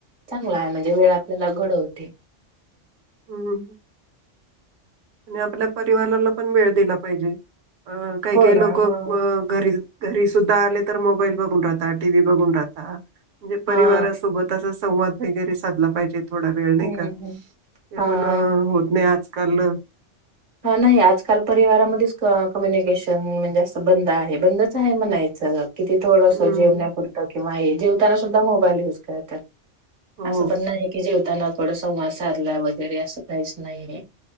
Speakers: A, on the right (about 45°); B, on the right (about 80°).
A: चांगला आहे म्हणजे वेळ आपल्याला घडवते
B: हम्म आणि आपल्या परिवाराला पण वेळ दिला पाहिजे अं काही
A: हो
B: काही
A: ना.
B: लोक
A: हा
B: अ घरीील घरी सुद्धा आले तर मोबाईल बघून राहता टी व्ही बघून राहता म्हणजे परिवारासोबत
A: हा
B: असं संवाद वगैरे साधला पाहिजेत थोडा वेळ
A: हम्म
B: नाही का ते
A: हा.
B: पण होत नाही आज <unintelligible>
A: हा नाही आजकाल परिवारामधेच क कम्युनिकेशन म्हणजे असं बंद आहे बंदच आहे म्हणायचं किती थोडंस
B: हम्म
A: जेवण्यापुरं किंवा हे जेव त्यांना सुद्धा मोबाईल युज करतात.
B: हो
A: असं पण नाही की जेवताना थोड संवाद साधला वगैरे, असं काहीच नाहीये.